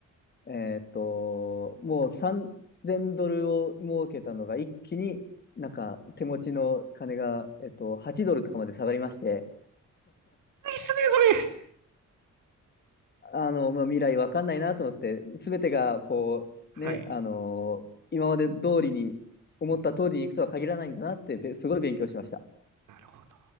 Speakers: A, on the left; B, on the right.
A: えーっと、もう3000ドルを儲けたのが一気になんか手持ちの金が、えっと、8ドルとかまで下がりまして、
B: あ。いいっすね、それ。
A: あの、まあ、未来わかんないなと思って、すべてがこう、
B: はい。
A: ね、あの今まで通りに思った通りにいくとは限らないんだなってべすごい勉強しました。
B: うんなるほど。